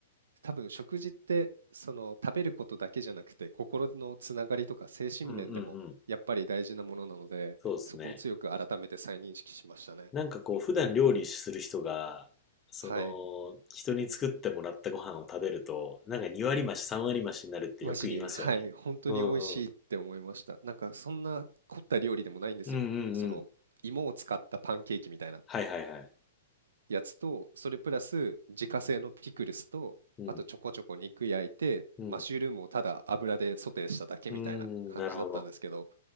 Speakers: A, on the right; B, on the left.
A: 多分食事ってその食べることだけじゃなくて心のつながりとか精神面でもやっぱり大事なものなのでそこを強く改めて再認識しましたね。
B: うんうんうん。そうですね。なんかこう、普段料理する人が、その、
A: はい。
B: 人に作ってもらったご飯を食べると、なんか2割増し、3割増しになるってよく言いますよね。
A: マジに、はい、本当に美味しいって思いました。
B: うんうん。
A: なんかそんな凝った料理でもないんですよ。
B: うんうんうん。
A: その芋を使ったパンケーキみたいな。
B: はいはいはい。
A: やつと、それプラス自家製のピクルスと、
B: うん。
A: あとちょこちょこ肉焼いて、
B: うん。
A: マッシュルームをただ油でソテーしただけみたいな感じだったんですけど、
B: うーん、なるほど。